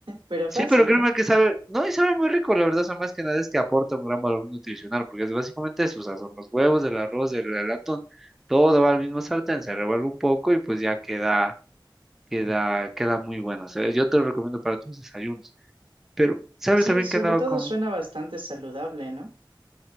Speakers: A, on the right; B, in the centre.
A: pero
B: Sí,
A: fácil,
B: pero créeme
A: ¿no?
B: que sabe, no, y sabe muy rico, la verdad, o sea, más que nada es que aporta un gran valor nutricional, porque es básicamente eso, o sea, son los huevos, el arroz, el, el atún, todo va al mismo sartén, se revuelve un poco y pues ya queda, queda, queda muy bueno, o sea, yo te lo recomiendo para tus desayunos. Pero, ¿sabes
A: Sí,
B: también
A: sobre
B: que andaba
A: todo
B: con
A: suena bastante saludable, ¿no?